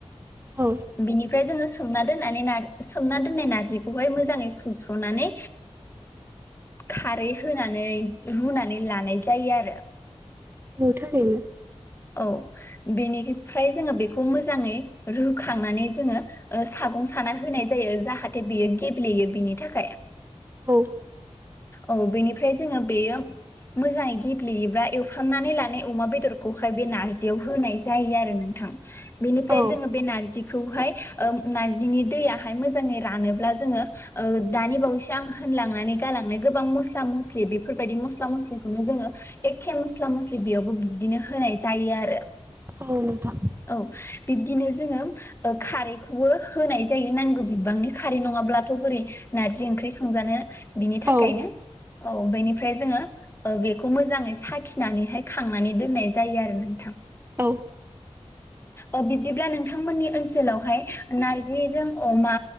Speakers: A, on the right; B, on the left.
A: औ
B: बिनिफ्राय जोङो सोमना दोननानै सोमना दोननाय नार्जिखौहाय मोजाङै सुस्र'नानै खारै होनानै रुनानै लानाय जायो आरो
A: नं थारैनो
B: औ बेनिफ्राय जोङो बेखौ मोजाङै रुखांनानै जोङो ओ सागं साना होनाय जायो जाहाथे बेयो गेब्लेयो बिनि थाखाय।
A: औ
B: औ बेनिफ्राय जोङो बेयो मोजाङै गेब्लेयोब्ला एवफ्रामनानै लानाय अमा बेदरखौहाय बे नारजियाव होनाय जायो आरो नोंथां बेनिफ्राय
A: औ
B: जोङो बे नारजि खौहाय ओ नारजिनि दैयहाय मोजाङै रानोब्ला जोङो दानि बावैसो आं होनलांनानै गालांनाय गोबां मसला मस्लि बेफोरबायदि मस्ला मस्लिखौनो जो एखे मसला मसलि बिदिनो होनाय जायो आरो
A: औ नोंथां
B: औ बिबदिनो जोङो ओ खारैखौबो होनाय जायो नांगौ बिबांनि खारै नङाब्लाथ' बोरै नारजि ओंख्रि संजानो बिनि थाखायनो
A: औ
B: औ बेनिफ्राय जोङो बेखौ मोजाङै साखिनानैहाय थांनानै दोननाय जायो आरो नोंथां
A: औ
B: औ बिदिब्ला नोंथांमोननि ओनसोलावहाय नारज जिजों अमा